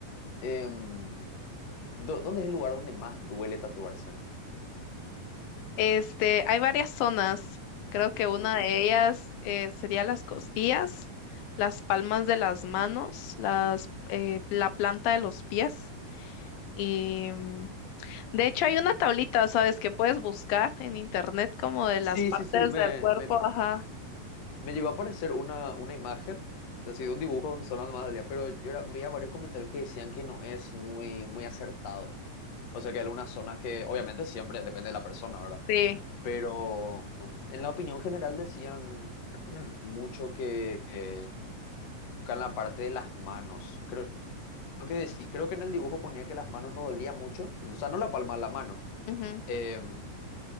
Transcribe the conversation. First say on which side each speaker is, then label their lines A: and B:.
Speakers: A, on the left; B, on the left.
A: Em, ¿dó- ¿dónde es el lugar donde más duele tatuarse?
B: Este, hay varias zonas. Creo que una
A: Ujú.
B: de ellas eh, sería las costillas, las palmas de las manos, las, eh, la planta de los pies. Y mm, de hecho hay una tablita, ¿sabes? Que puedes buscar en internet como de
A: Sí,
B: las partes
A: sí, sí. Me,
B: del cuerpo.
A: me,
B: Ajá.
A: me llegó a aparecer una, una imagen, así de un dibujo donde son las más dolía, pero yo era- veía varios comentarios que decían que no es muy, muy acertado. O sea, que hay algunas zonas que, obviamente, siempre depende de la persona, ¿verdad?
B: Sí.
A: Pero en la opinión general decían <clears throat> mucho que nunca en la parte de las manos. Creo que decí- creo que en el dibujo ponía que las manos no dolía mucho, o sea, no la palma, la mano.
B: ujú,
A: Eh,